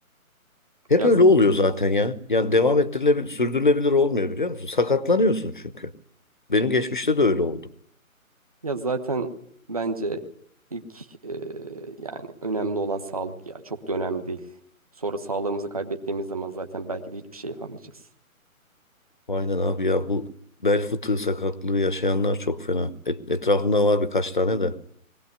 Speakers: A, on the left; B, on the right.
A: Hep
B: Ya,
A: öyle
B: z-
A: oluyor zaten ya. Yani devam ettirilebilir, sürdürülebilir olmuyor biliyor musun? Sakatlanıyorsun çünkü. Benim geçmişte de öyle oldu.
B: ya zaten bence ilk eee, yani önemli olan sağlık ya çok da önemli değil. Sonra sağlığımızı kaybettiğimiz zaman zaten belki de hiçbir şey yapamayacağız.
A: Aynen abi ya bu bel fıtığı sakatlığı yaşayanlar çok fena. Et- etrafımda var birkaç tane de.